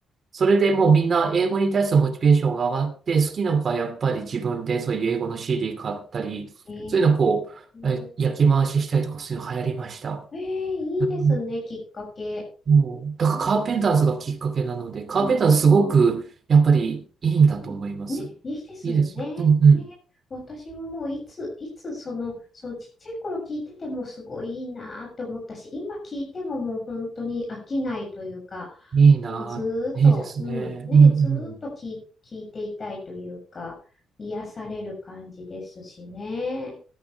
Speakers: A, on the right; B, on the left.
A: それでもうみんな英語に対するモチベーションが上がって、好きな子はやっぱり自分でそういう英語の CD 買ったり、
B: え
A: そういうのをこう、え焼き回ししたりとかそういうの流行りました。
B: えええいいですね、
A: うん、
B: きっかけ。
A: もう、だからカーペンターズがきっかけなので、
B: うん、
A: カーペンターズすごくやっぱりいいんだと思います。
B: ああ。うんね、いいですよね。
A: いいですよ。うんうん。
B: ね、私ももういつ、いつその、そのちっちゃい頃聞いててもすごいいいなって思ったし、今聞いてももう本当に飽きないというか、
A: いいな、
B: もうずーっと、
A: いいですね。
B: うん、ね、
A: うんうん。
B: ずーっと聞い、聞いていたいというか、癒される感じですしね。